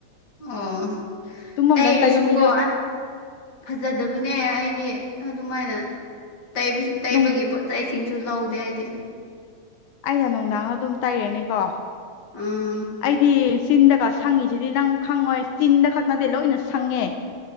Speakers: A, on the left; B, on the left.
A: ꯑꯣ
B: ꯇꯨꯝꯃꯝꯗꯥꯏ
A: ꯇꯩꯔꯁꯨ
B: ꯇꯩꯕ ꯃꯤꯗꯣ
A: ꯀꯣ ꯑꯁ ꯐꯖꯗꯕꯅꯦ ꯑꯩꯗꯤ ꯑꯗꯨꯃꯥꯏꯅ ꯇꯩꯕꯁꯨ ꯇꯩꯕꯒꯤ
B: ꯅꯨꯡ
A: ꯄꯣꯠ ꯂꯩ ꯁꯤꯡꯁꯨ ꯂꯧꯗꯦ ꯑꯩꯗꯤ
B: ꯑꯩꯅ ꯅꯨꯡꯗꯥꯡꯗ ꯑꯗꯨꯝ ꯇꯩꯔꯅꯤꯀꯣ
A: ꯎꯝ
B: ꯑꯩꯗꯤ ꯆꯤꯟꯗꯀ ꯁꯪꯉꯤꯁꯤꯗꯤ ꯅꯪ ꯈꯪꯉꯣꯏ ꯆꯤꯟꯗ ꯈꯛ ꯅꯠꯇꯦ ꯂꯣꯏꯅ ꯁꯪꯉꯦ